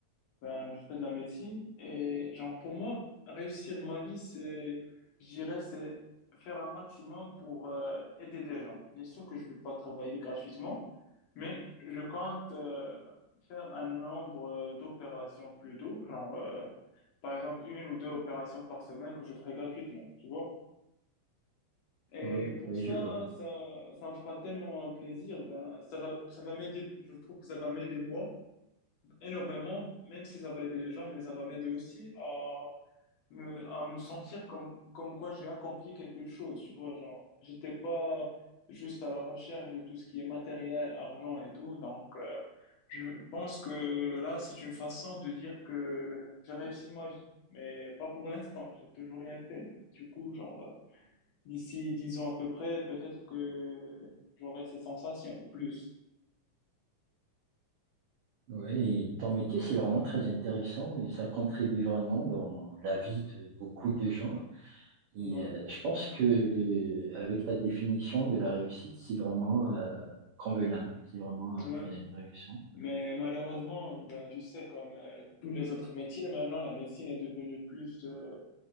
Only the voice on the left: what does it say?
Ben, je fais de la médecine et genre pour moi, réussir ma vie, c'est, je dirais, c'est faire un maximum pour euh, aider des gens. Bien sûr que je ne vais pas travailler gratuitement, mais je compte euh, faire un nombre euh, d'opérations plutôt, genre euh, par exemple une ou deux opérations par semaine que je ferai gratuitement, tu vois? Et
pour
ça,
ça, ça me fera tellement un plaisir, ben, ça va, ça va m'aider, je trouve que ça va m'aider moi énormément, même si ça va aider les gens, mais ça va m'aider aussi à me, à me sentir comme, comme quoi j'ai accompli quelque chose, tu vois, genre, j'étais pas juste à la recherche de tout ce qui est matériel, argent et tout, donc euh, je pense que là, c'est une façon de dire que j'ai réussi ma vie, mais pas pour l'instant, j'ai toujours rien fait, du coup, genre, euh, d'ici 10 ans à peu près, peut-être que j'aurai ces sensations, ou plus,
ouais,
ouais.
Mais malheureusement, ben, tu sais, comme euh, tous les autres métiers, maintenant, la médecine est devenue plus euh,